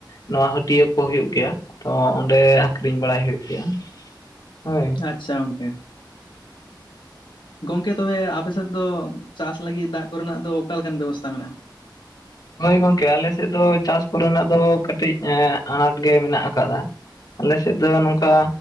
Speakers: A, on the left (about 55°); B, on the left (about 75°).
A: ᱱᱚᱣᱟ ᱦᱟᱹᱴᱭᱟᱹ ᱠᱚ ᱦᱩᱭᱩᱜ ᱜᱮᱭᱟ ᱛᱚ ᱚᱸᱰᱮ ᱟᱠᱷᱨᱤᱧ ᱵᱟᱲᱟᱭ ᱦᱩᱭᱩᱜ ᱜᱮᱭᱟ, ᱦᱳᱭ
B: ᱟᱪᱪᱷᱟ ᱜᱚᱝᱠᱮ ᱜᱚᱝᱠᱮ ᱛᱚᱵᱮ ᱟᱯᱮ ᱥᱮᱫ ᱫᱚ ᱪᱟᱥ ᱞᱟᱹᱜᱤᱫ ᱫᱟᱜ ᱠᱚᱨᱮᱱᱟᱜ ᱫᱚ ᱚᱠᱟ ᱞᱮᱠᱟᱱ ᱵᱮᱵᱚᱥᱛᱟ ᱢᱮᱱᱟᱜᱼᱟ
A: ᱦᱳᱭ ᱜᱚᱝᱠᱮ ᱟᱞᱮ ᱥᱮᱫ ᱫᱚ ᱪᱟᱥ ᱠᱚᱨᱮᱱᱟᱜ ᱫᱚ ᱠᱟᱹᱴᱤᱡ ᱟᱱᱟᱴ ᱜᱮ ᱢᱮᱱᱟᱜ ᱟᱠᱟᱫᱟ ᱟᱞᱮ ᱥᱮᱫ ᱫᱚ ᱱᱚᱝᱠᱟ